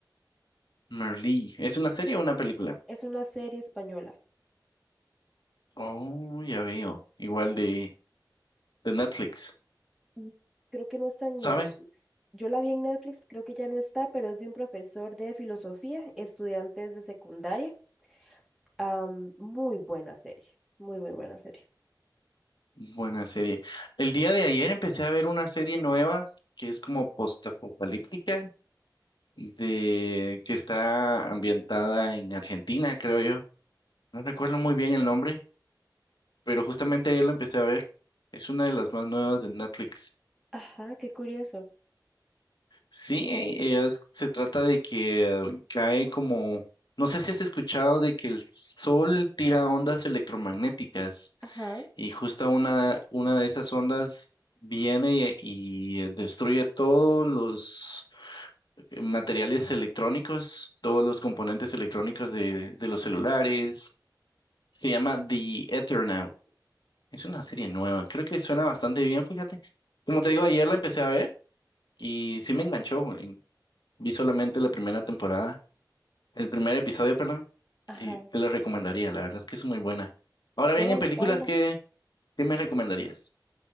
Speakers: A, on the left (about 70°); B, in the centre.
A: Merlí. ¿Es una serie o una película?
B: Es una serie española.
A: Oh, ya veo. Igual de, de Netflix.
B: Mm, Creo que no está en
A: ¿Sabes?
B: Netflix. Yo la vi en Netflix, creo que ya no está, pero es de un profesor de filosofía, estudiantes de secundaria. Am, muy buena serie, muy, muy buena serie.
A: Buena serie. El día de ayer empecé a ver una serie nueva que es como postapocalíptica, de que está ambientada en Argentina, creo yo. No recuerdo muy bien el nombre, pero justamente ayer lo empecé a ver. Es una de las más nuevas de Netflix.
B: Ajá, qué curioso.
A: Sí, eh, es- se trata de que cae como, no sé si has escuchado de que el sol tira ondas electromagnéticas
B: Ajá,
A: y justo una, una de esas ondas viene y, y destruye todos los materiales electrónicos, todos los componentes electrónicos de, de los celulares. Se llama The Eternaut. Es una serie nueva, creo que suena bastante bien, fíjate. Como te digo, ayer la empecé a ver y sí me enganchó. en- Vi solamente la primera temporada. El primer episodio, perdón,
B: ajá.
A: y te lo recomendaría, la verdad es que es muy buena. Ahora bien,
B: Voy a
A: en
B: buscarla.
A: películas, ¿qué, qué me recomendarías?